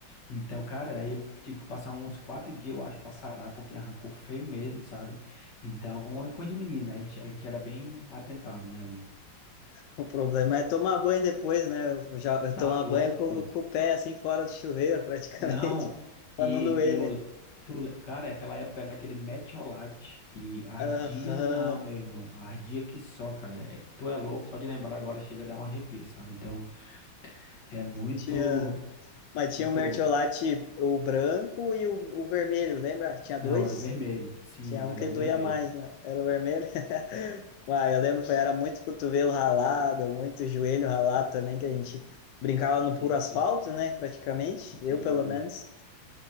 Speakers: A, on the left (about 55°); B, on the left (about 75°).
A: Então, cara, aí eu tive que passar uns quatro dias, eu acho, pra sarar, porque arrancou feio mesmo, sabe? Então, é coisa de menino, né? A gente, a gente era bem atentado, né, ali.
B: O problema é tomar banho depois, né? Eu já eu
A: Tá
B: tomo
A: louco?
B: banho com, com o pé assim fora do chuveiro, praticamente,
A: Não,
B: <laughs> pra
A: e,
B: não doer,
A: e eu...
B: né?
A: Tu, le- cara, aquela época era aquele metiolate que ardia,
B: Aham.
A: não, meu irmão, ardia que só, cara. É, tu é louco, só de lembrar agora chega a dar um arrepio, sabe? Então, é muito,
B: Tinha, mas
A: muito
B: tinha o mertiolate,
A: louco.
B: o branco e o, o vermelho, lembra? Tinha
A: Não,
B: dois?
A: era o vermelho, sim,
B: Tinha
A: mas
B: um que
A: era o
B: doía
A: vermelho.
B: mais, né? Era o vermelho. <laughs> Uai, eu lembro que era muito cotovelo ralado, muito joelho ralado também, que a gente brincava
A: Bi-
B: no puro asfalto,
A: bi-
B: né? Praticamente,
A: Sim,
B: eu pelo menos.